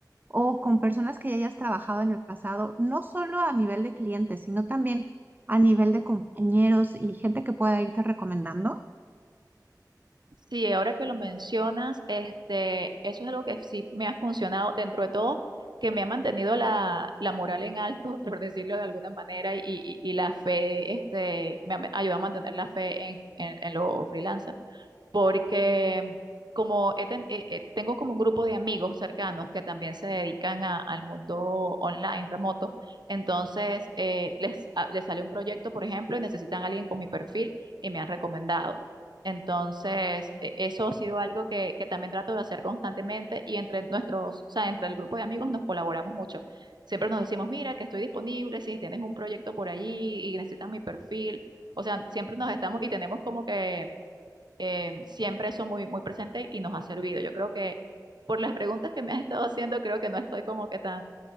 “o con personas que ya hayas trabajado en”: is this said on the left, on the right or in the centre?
Right